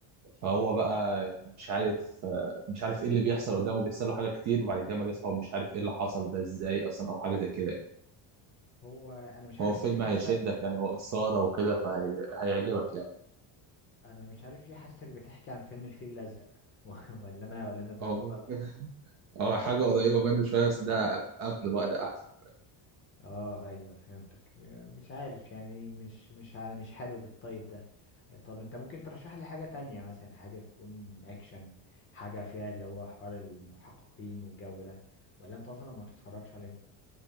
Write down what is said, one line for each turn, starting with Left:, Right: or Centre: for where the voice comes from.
Right: فهو بقى يعني مش عارف آه، مش عارف ايه اللي بيحصل قدامه بيحصل له حاجات كتير وبعد كده ما بيصحى ومش عارف ايه اللي حصل ده ازاي أصلا أو حاجة زي كده يعني.
Left: هو انا مش
Right: هو
Left: عارف
Right: فيلم
Left: ليه حاسك
Right: هيشدك يعني وإثارة وكده فهيعجبك يعني
Left: انا مش عارف ليه حاسسك بتحكي عن فيلم الفيل الازرق <laughs> ولا انا ولا انا فاهم
Right: هو ممكن
Left: غلط
Right: <laughs> هو حاجة قريبة منه شوية بس ده قب- قبله بقى ده أحسن
Left: اه ايوه فهمتك م- مش عارف يعني مش مش ع- مش حابب الطيب ده طب انت ممكن ترشح لي حاجة تانية مثلا حاجة تكون اكشن حاجة فيها اللي هو حوار المحققين والجو ده ولا انت اصلا ما تتفرجش عليه